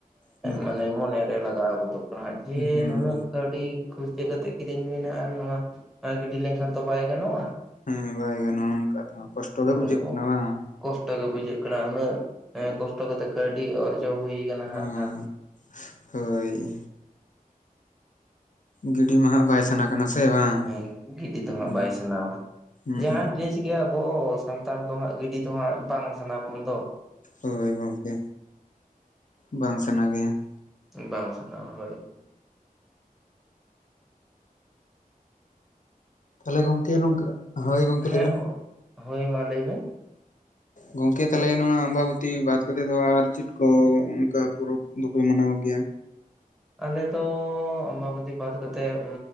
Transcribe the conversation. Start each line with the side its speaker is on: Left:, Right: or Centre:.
Left: ᱦᱩᱸ
Centre: ᱢᱟᱱᱮ ᱢᱚᱱᱮᱨᱮ ᱞᱟᱜᱟᱣ ᱜᱚᱫᱚᱜ ᱠᱟᱱᱟ ᱡᱮ
Left: ᱦᱩᱸ
Centre: ᱱᱩᱱᱟᱹᱜ ᱠᱟᱹᱣᱰᱤ ᱠᱷᱩᱨᱪᱟᱹ ᱠᱟᱛᱮ ᱠᱤᱨᱤᱧ ᱦᱩᱭᱱᱟ ᱟᱨ ᱱᱚᱣᱟ ᱜᱤᱰᱤ ᱞᱮᱱᱠᱷᱟᱱ ᱫᱚ ᱵᱟᱭ ᱜᱟᱱᱚᱜᱼᱟ
Left: ᱦᱮᱸ ᱵᱟᱭ ᱜᱟᱱᱚᱜᱼᱟ ᱚᱱᱠᱟ ᱛᱮ ᱠᱚᱥᱴᱚ ᱜᱮ
Centre: ᱦᱳᱭ
Left: ᱵᱩᱡᱷᱟᱹᱜ ᱠᱟᱱᱟ ᱵᱟᱝ
Centre: ᱠᱚᱥᱴᱚ ᱜᱮ ᱵᱩᱡᱷᱟᱹᱜ ᱠᱟᱱᱟ ᱩᱱᱟᱹᱜ ᱮᱸ ᱠᱚᱥᱴᱚ ᱠᱟᱛᱮᱜ ᱠᱟᱹᱣᱰᱤ ᱚᱨᱡᱚ ᱦᱩᱭ ᱠᱟᱱᱟ
Left: ᱦᱮᱸ
Centre: ᱦᱟᱜ ᱠᱷᱟᱱ
Left: ᱦᱳᱭ ᱜᱤᱰᱤ ᱢᱟ ᱦᱟᱸᱜ ᱵᱟᱭ ᱥᱟᱱᱟ ᱠᱟᱱᱟ ᱥᱮ ᱵᱟᱝ
Centre: ᱦᱮᱸ ᱜᱤᱰᱤ ᱫᱚ ᱦᱟᱸᱜ
Left: ᱦᱩᱸ
Centre: ᱵᱟᱭ ᱥᱟᱱᱟᱣᱟ
Left: ᱦᱩᱸ
Centre: ᱡᱟᱦᱟᱱ ᱡᱤᱱᱤᱥ ᱜᱮ ᱟᱵᱚ ᱥᱟᱱᱛᱟᱲ ᱫᱚ ᱦᱟᱸᱜ ᱜᱟᱹᱰᱤ ᱫᱚ ᱦᱟᱸᱜ ᱵᱟᱝ ᱥᱟᱱᱟ ᱵᱚᱱ ᱫᱚ
Left: ᱦᱳᱭ ᱜᱚᱢᱠᱮ ᱵᱟᱝ ᱥᱟᱱᱟ ᱜᱮᱭᱟ ᱾
Centre: ᱵᱟᱝ ᱥᱟᱱᱟᱣᱟ ᱦᱳᱭ
Left: ᱛᱟᱦᱞᱮ ᱜᱚᱝᱠᱮ ᱦᱳᱭ ᱜᱚᱝᱠᱮ
Centre: ᱦᱮᱸ
Left: ᱞᱟᱹᱭ ᱵᱮᱱ
Centre: ᱦᱳᱭ ᱢᱟ ᱞᱟᱹᱭ ᱵᱮᱱ
Left: ᱜᱚᱝᱠᱮ ᱛᱟᱦᱚᱞᱮ ᱱᱚᱣᱟ ᱟᱢᱵᱟᱵᱚᱛᱤ ᱵᱟᱫ ᱠᱟᱛᱮᱫ ᱫᱚ ᱟᱨ ᱪᱮᱫ ᱠᱚ ᱚᱱᱠᱟ ᱯᱚᱨᱚᱵᱽ ᱫᱚᱯᱮ ᱢᱟᱱᱟᱣ ᱜᱮᱭᱟ?
Centre: ᱟᱞᱮ ᱫᱚ ᱟᱢᱵᱟᱵᱚᱛᱤ ᱵᱟᱫ ᱠᱟᱛᱮᱫ